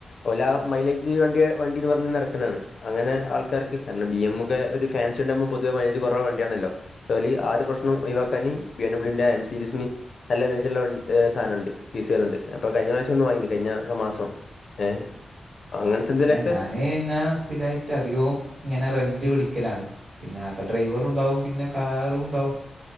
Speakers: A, on the left (about 50°); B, on the right (about 45°).
A: ഓല മൈലേജ് വണ്ടിയ വണ്ടിന്ന് പറഞ്ഞ നടക്ന്നാണ്. അങ്ങനെ ആൾക്കാർക്ക് കാരണം ബി എം ഒക്കെ ഒരു ഫാൻസി ഉണ്ടാവുമ്പോ പൊതുവെ മൈലേജ് കൊറവ് വണ്ടിയാണല്ലോ ചോലി ആ ഒരു പ്രശ്നം ഒഴിവാക്കാന് ബി എം ഡബ്ല്യുന്റെ എം സീരീസിന് നല്ല ഫിന്ച്ചറുള്ള വണ്ടി സാധനംണ്ട് പീസുകളൾണ്ട് അപ്പ കഴിഞ്ഞ പ്രാവശ്യം ഒന്ന് വാങ്ങിഞ് കഴ്ഞ്ഞ മാസം ഏഹ് അങ്ങനത്തെ എന്തെലക്ക
B: ഞാന് ഇന്നാ സ്ഥിരയിട്ട് അധികവും ഇങ്ങനെ റെന്റ് വിളിക്കലാണ് പിന്നെ അപ്പൊ ഡ്രൈവറൂംണ്ടാവും പിന്നെ കാറുംണ്ടാവും